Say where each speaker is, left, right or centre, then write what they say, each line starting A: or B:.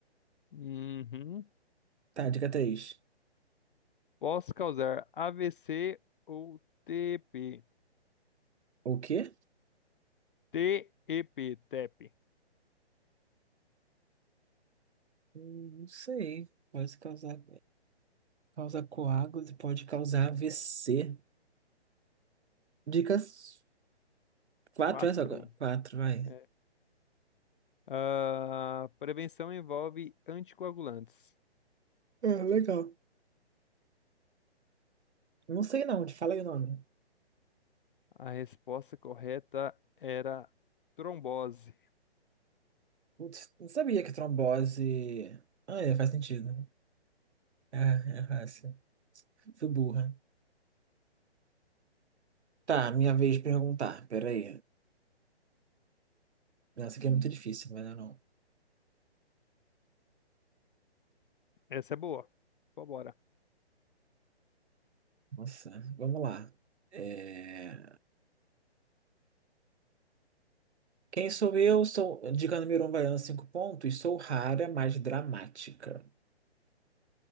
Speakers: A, on the left; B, on the right.
A: Uhum.
B: Tá, dica 3.
A: Posso causar AVC ou TP.
B: O quê?
A: TEP, TEP.
B: Hum, Não sei. Pode causar. Causa coágulos e pode causar AVC. Dicas 4,
A: quatro.
B: essa agora? quatro, vai.
A: É. Ah, prevenção envolve anticoagulantes.
B: É, legal. Não sei não, te fala aí o nome.
A: A resposta correta era trombose.
B: Putz, não sabia que trombose. Ah, é, faz sentido. É, é fácil. Fui burra. Tá, minha vez de perguntar. Peraí. Nossa, aqui é muito difícil, mas não. é não.
A: Essa é boa. Vambora.
B: Nossa, vamos lá. É, Quem sou eu? Sou diga número um, valendo cinco pontos. Sou rara, mas dramática.